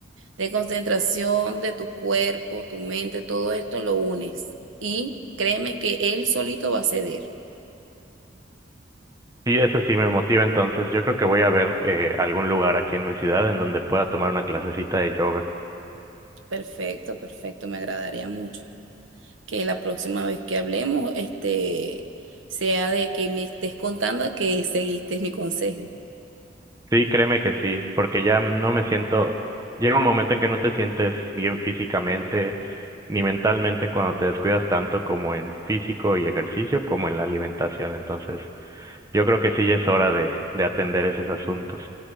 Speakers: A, on the right; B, on the right.
A: de concentración de tu cuerpo, tu mente, todo esto lo unes. Y créeme que él solito va a ceder.
B: Sí, eso sí me motiva, entonces yo creo que voy a ver eh, algún lugar aquí en mi ciudad en donde pueda tomar una clasecita de yoga.
A: Perfecto, perfecto, me agradaría mucho. que la próxima vez que hablemos, este, sea de que me estés contando que seguiste mi consejo.
B: Sí, créeme que sí, porque ya no me siento, llega un momento en que no te sientes bien físicamente ni mentalmente cuando te descuidas tanto como en físico y ejercicio como en la alimentación. Entonces, yo creo que sí ya es hora de, de atender esos asuntos.